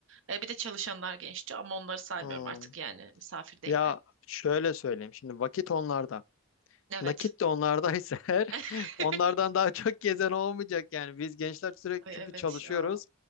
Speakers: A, on the right; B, on the left.
A: E, bir de çalışanlar gençti ama onları saymıyorum
B: Hmm.
A: artık yani misafir değiller.
B: Ya şöyle söyleyeyim. Şimdi vakit onlarda.
A: Evet.
B: Nakit de onlardaysa <laughs> eğer
A: <laughs>
B: onlardan daha çok gezen olmayacak yani. Biz gençler sürekli
A: Ay
B: çünkü
A: evet
B: çalışıyoruz
A: ya.